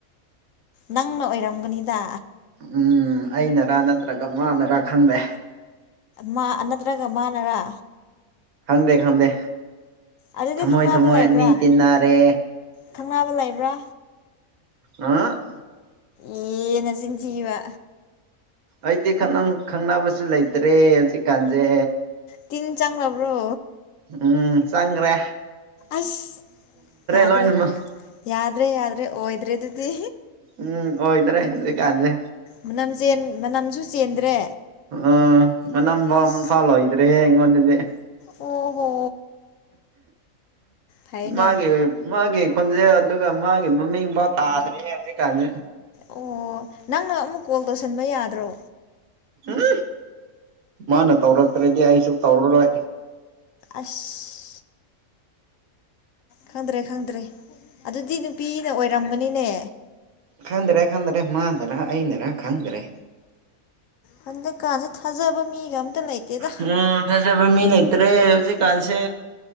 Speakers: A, on the left; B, on the right.
A: ꯅꯪꯅ ꯑꯣꯏꯔꯝꯒꯅꯤꯗ
B: ꯎꯝ ꯑꯩꯅꯔꯥ ꯅꯠꯇ꯭ꯔꯒ ꯃꯥꯅꯔꯥ ꯈꯪꯗꯦ
A: ꯃꯥ ꯅꯠꯇ꯭ꯔꯒ ꯃꯥꯥꯟꯅꯔꯥ
B: ꯈꯪꯗꯦ ꯈꯪꯗꯦ
A: ꯑꯗꯨꯗꯤ
B: ꯊꯝꯃꯣꯏ
A: ꯈꯪꯅꯕ
B: ꯊꯝꯃꯣꯏ
A: ꯂꯩꯕ꯭ꯔꯥ
B: ꯑꯅꯤ ꯇꯤꯟꯅꯔꯦ
A: ꯈꯪꯅꯕ ꯂꯩꯕ꯭ꯔꯥ
B: ꯑ <unintelligible> <inaudible>
A: ꯑꯦꯅ ꯆꯤꯡꯊꯤꯕ
B: ꯑꯩꯗꯤ ꯈꯪꯅꯕꯁꯨ ꯂꯩꯇ꯭ꯔꯦ ꯍꯧꯖꯤꯛꯀꯥꯟꯁꯦ
A: ꯇꯤꯟ ꯆꯥꯡ ꯅꯝꯕ꯭ꯔꯣ
B: ꯎꯝ ꯆꯪꯒ꯭ꯔꯦ
A: ꯑꯁ ꯌꯥꯗ꯭ꯔꯦ
B: ꯂꯣꯏꯅꯃꯛ
A: ꯌꯥꯗ꯭ꯔꯦ ꯌꯥꯗ꯭ꯔꯦ ꯑꯣꯏꯗ꯭ꯔꯦ ꯑꯗꯨ ꯇꯤ
B: ꯎꯝ ꯑꯣꯏꯗ꯭ꯔꯦ ꯍꯧꯖꯤꯛꯀꯥꯟꯁꯦ
A: ꯃꯅꯝ ꯆꯦꯟ ꯃꯅꯝꯁꯨ ꯆꯦꯟꯗ꯭ꯔꯦ
B: ꯑ ꯃꯅꯝ
A: ꯑꯁ
B: ꯐꯥ ꯂꯣꯏꯗꯔ‌ꯦ ꯑꯩꯉꫭꯟꯗꯗꯤ <unintelligible>
A: ꯑꯣ ꯍꯣ ꯐꯩꯅꯦ
B: ꯃꯥꯒꯤ ꯃꯥꯒꯤ ꯈꯣꯟꯖꯦꯜ ꯑꯗꯨꯒ ꯃꯥꯒꯤ ꯃꯃꯤꯡ ꯇꯥꯗ꯭ꯔꯤ ꯍꯧꯖꯤꯛ ꯀꯥꯟꯖꯤ
A: ꯑꯣ ꯅꯪꯅ ꯑꯃꯨꯛ ꯀꯣꯜ ꯇꯧꯁꯟꯕ ꯌꯥꯗ꯭ꯔꯣ
B: ꯎꯝ ꯃꯥꯅ ꯇꯧꯔꯛꯇ꯭ꯔꯗꯤ ꯑꯩꯁꯨ ꯇꯧꯔꯔꯣꯏ
A: ꯑꯁ ꯈꯪꯗ꯭ꯔꯦ ꯈꯪꯗ꯭ꯔꯦ ꯑꯗꯨꯗꯤ ꯅꯨꯄꯤꯅ ꯑꯣꯏꯔꯝꯒꯅꯤꯅꯦ
B: ꯈꯪꯗꯔꯦ ꯈꯪꯗꯔꯦ ꯃꯥꯅꯔꯥ ꯑꯩꯅꯔꯥ ꯈꯪꯗ꯭ꯔꯦ
A: ꯍꯟꯗꯛꯀꯥꯟꯁꯦ ꯊꯥꯖꯕ ꯃꯤꯒ ꯑꯝꯇ ꯂꯩꯇꯦꯗ
B: ꯎꯝ ꯊꯥꯖꯕ ꯃꯤ ꯂꯩꯇ꯭ꯔꯦ ꯍꯧꯖꯤꯛ ꯀꯥꯟꯁꯦ